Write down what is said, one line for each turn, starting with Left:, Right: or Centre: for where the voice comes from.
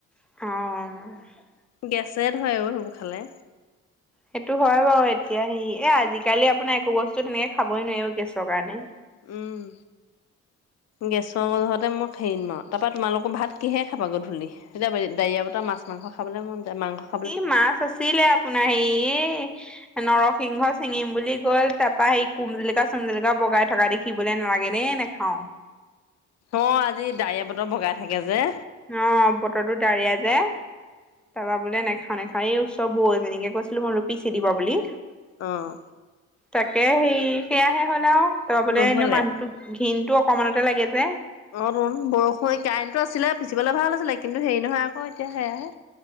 Centre: অহ।
Left: গেছে ধৰিব সেইবোৰ খালে।
Centre: সেইটো হয় বাৰু। এতিয়া সেই, এ' আজিকালি আপোনাৰ একো বস্তু তেনেকে খাবই নোৱাৰি অ' গেছৰ কাৰণে।
Left: উম, গেছৰ লগতে মই খাইদিম আৰু। তাৰপৰা তোমালোকৰ ভাত - কিহে খাবা গধূলি? এতিয়া বা', ডা-ডাৱৰীয়া বতৰ, মাছ মাংস খাবলৈ মন যায়। মাংস -
Centre: ই' মাছ আছিলে আপোনৰ সেই, এ' - নৰসিংহ চিঙিম বুলি গ'ল। তাৰপা সি কুমজেলুকা-চুমজেলুকা বগাই থকা দে - খিবলে নোৱাৰে, দে, নেখাওঁ।
Left: অ', আজি ডাৱৰীয়া বতৰ। বগাই থাকে যে।
Centre: অহ, বতৰটো ডাৱৰীয়া যে। তাৰপা বোলে নাখাওঁ নাখাওঁ। এই ওচৰ বৌ এজনীকে কৈছিলোঁ মই বোলোঁ, পিচি দিবা বুলি।
Left: অহ।
Centre: তাকে সেই, সেয়াহে হ'ল আৰু। ত', বোলে
Left: নহ'লে
Centre: এনেও মানুহটো - ঘিনটো অকণমানতে লাগে যে।
Left: অ' তুন। বৰষুণ, এই কাৰেণ্টটো আছিলে পিচিবলে ভাল আছিলে। কিন্তু হেৰি নহয় আকৌ, এতিয়া সেয়াহে।